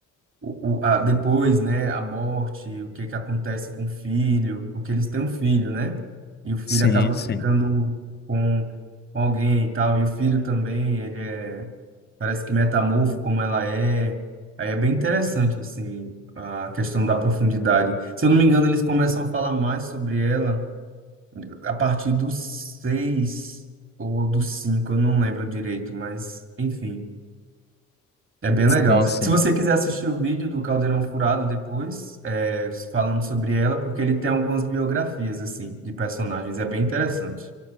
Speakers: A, on the right (about 45°); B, on the left (about 35°).
A: o, o- a- depois, né, a morte, o que que acontece com o filho, porque eles têm um filho, né? E o filho
B: Sim,
A: acaba
B: sim.
A: ficando com, com alguém e tal, e o filho também, ele é, parece que metamorfo como ela é. Aí é bem interessante, assim, a questão da profundidade. Se eu não me engano, eles começam a falar mais sobre ela a partir dos seis ou dos cinco, eu não lembro direito, mas enfim. É bem
B: Sim,
A: legal.
B: sim.
A: Se você quiser assistir o vídeo do Caldeirão Furado depois, é, falando sobre ela, porque ele tem algumas biografias, assim, de personagens, é bem interessante.